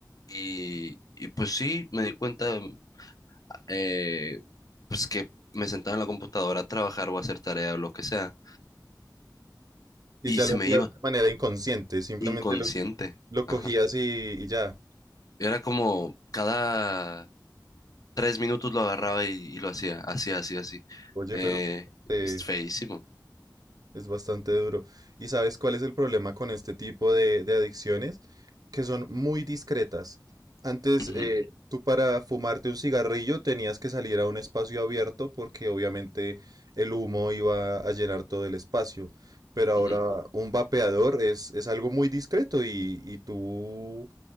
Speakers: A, on the left; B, on the right.
A: Y, y pues sí, me di cuenta mm, eh, pues que me sentaba en la computadora a trabajar o a hacer tarea o lo que sea.
B: Y
A: Y
B: ya
A: se
B: lo
A: me
B: hacías
A: iba,
B: de manera inconsciente, simplemente
A: inconsciente.
B: lo Lo
A: Ajá.
B: cogías y, y ya.
A: Era como cada tres minutos lo agarraba y, y lo hacía, así, así, así.
B: Oye,
A: Eh,
B: pero eh,
A: es feísimo.
B: es bastante duro. ¿Y sabes cuál es el problema con este tipo de, de adicciones? Que son muy discretas. Antes,
A: Ujú,
B: eh, tú para fumarte un cigarrillo tenías que salir a un espacio abierto porque obviamente el humo iba a llenar todo el espacio. Pero ahora
A: ujú.
B: un vapeador es, es algo muy discreto y, y tú